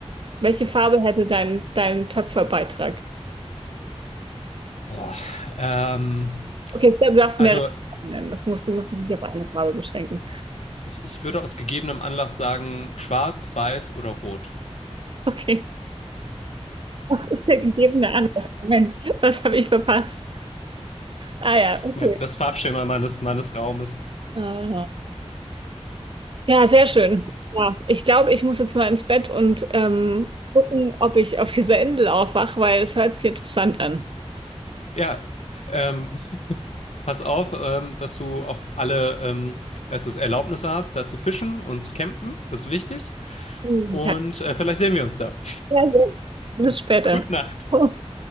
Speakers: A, on the right (about 50°); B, on the left (about 75°).
A: Welche Farbe hätte dein, dein Töpferbeitrag?
B: Boah, ähm,
A: Okay, du darfst
B: also
A: mehrere Farben nennen. Das musst, du musst dich nicht auf eine Farbe beschränken.
B: ich, ich würde aus gegebenem Anlass sagen, schwarz, weiß oder rot.
A: Okay. <laughs> Was ist der gegebene Anlass? Moment, was habe ich verpasst? Ah ja, okay.
B: Mein, das Farbschema meines, meines Raumes.
A: Aha. Ja, sehr schön. Ja, ich glaube, ich muss jetzt mal ins Bett und ähm, gucken, ob ich auf dieser Insel aufwache, weil es hört sich interessant an.
B: Ja, ähm, pass auf, ähm, dass du auch alle ähm, dass du Erlaubnisse hast, da zu fischen und zu campen. Das ist wichtig.
A: Mhm.
B: Und äh, vielleicht sehen wir uns da.
A: Ja, sehr. Bis später.
B: <laughs> Gute Nacht.
A: <laughs>